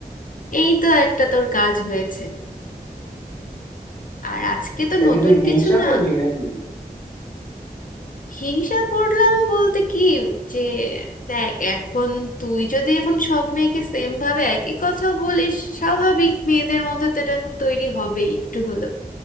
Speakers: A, on the left; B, on the left.
A: এই তো একটা তোর কাজ হয়েছে আর আজকে তো
B: এটা
A: নতুন
B: কি তুই হিংসা
A: কিছু না
B: করলি নাকি
A: হিংসা করলাম বলতে কি যে দেখ এখন তুই যদি এখন সব মেয়েকে সেম ভাবে একই কথা বলিস স্বাভাবিক মেয়েদের মধ্যে তো এটা এখন তৈরি হবেই একটু হলেও